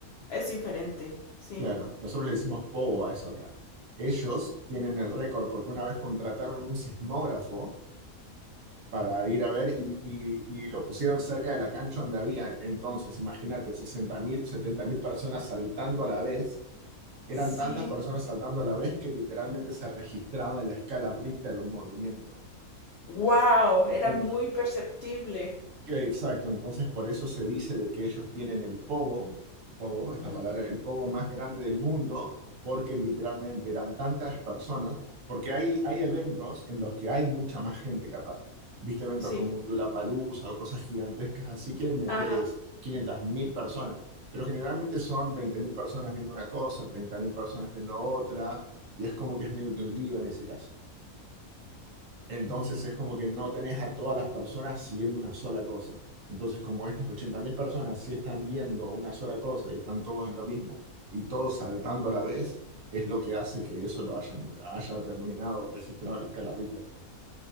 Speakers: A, on the left (about 70°); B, on the right (about 65°).
A: es diferente, sí.
B: claro, nosotros le decimos pogo a eso acá. Ellos tienen el récord porque una vez contrataron un sismógrafo para ir a ver y, y- y lo pusieron cerca de la cancha donde había entonces, imagínate, sesenta mil, setenta mil personas saltando a la vez. Eran
A: Sí.
B: tantas personas saltando a la vez que literalmente se registraba en la escala Richter un movimiento.
A: Wow, era
B: En
A: muy perceptible.
B: Eh, Exacto, entonces por eso se dice de que ellos tienen el pogo, pogo, esta
A: Mm.
B: palabra, el pogo más grande del mundo, porque literalmente eran tantas las personas, porque hay, hay eventos en los que hay mucha más gente capaz. Viste eventos
A: Sí.
B: como un Lollapalooza o cosas gigantescas, así que metes
A: Ajá.
B: quinientas mil personas, pero generalmente son veinte mil personas viendo una cosa, treinta mil personas viendo otra, y es como que es medio que un lío en ese caso. Entonces
A: Mm.
B: es como que no tenés a todas las personas siguiendo una sola cosa. Entonces como estas 80.000 personas sí están viendo una sola cosa y están todos en lo mismo y todos saltando a la vez, es lo que hace que eso lo hayan, haya terminado registrado en la escala Richter.